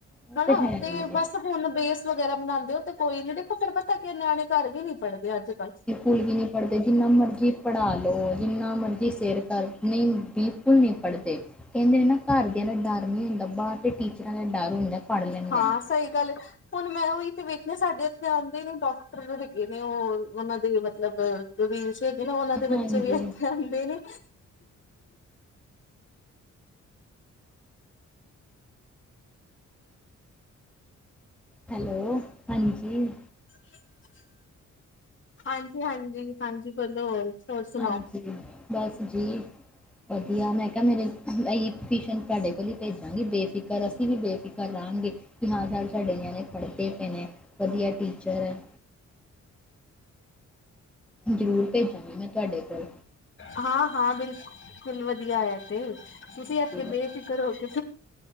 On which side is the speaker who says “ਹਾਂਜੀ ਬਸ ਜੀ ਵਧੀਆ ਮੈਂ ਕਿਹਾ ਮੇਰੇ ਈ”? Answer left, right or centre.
Centre